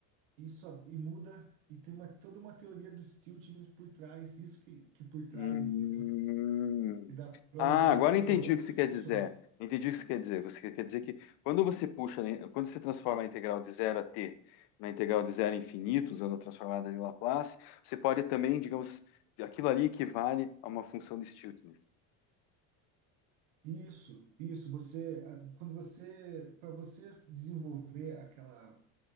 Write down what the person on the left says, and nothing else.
Hum.
Ah,
agora entendi
o que você quer
dizer. Entendi o que você quer dizer. Você quer dizer que quando você puxa, né, quando você transforma a integral de zero a t na integral de zero a infinito, usando a transformada de Laplace, você pode também, digamos, aquilo ali equivale a uma função de Stieltjes.